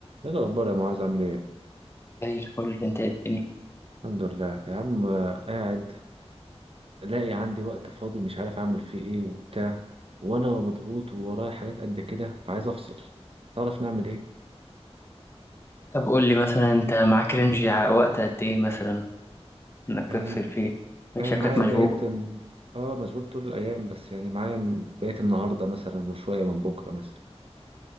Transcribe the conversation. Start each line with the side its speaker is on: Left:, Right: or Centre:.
Right: ايه الاخبار يا معاذ عامل ايه
Left: زي الفل انت إيه الدنيا
Right: الحمد لله يا عم آه، قاعد لاقي عندي وقت فاضي مش عارف اعمل فيه ايه وبتاع وانا مضغوط وورايا حاجات قد كده فعايز افصل تعرف نعمل ايه
Left: طب قول لي مثلا انت معاك رينج ع- وقت قد ايه مثلا انك
Right: يعني
Left: تفصل فيه من
Right: يعني
Left: شكلك
Right: معايا
Left: مشغول
Right: بقيت ال- اه مشغول طول الايام بس يعني معايا بقيت النهارده مثلا وشويه من بكره مثلا